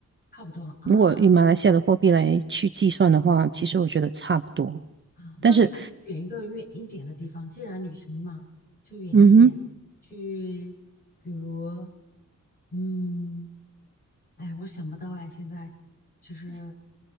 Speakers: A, on the left (about 30°); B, on the right (about 35°).
A: 差不多啊。
B: 如果以马来西亚的货币来去计算的话，其实我觉得差不多。
A: 啊，那你可以选一个远一点的地方，
B: 但是，
A: 既然旅行嘛，就远一点，
B: 嗯哼。
A: 去，比如，嗯，哎，我想不到哎，现在就是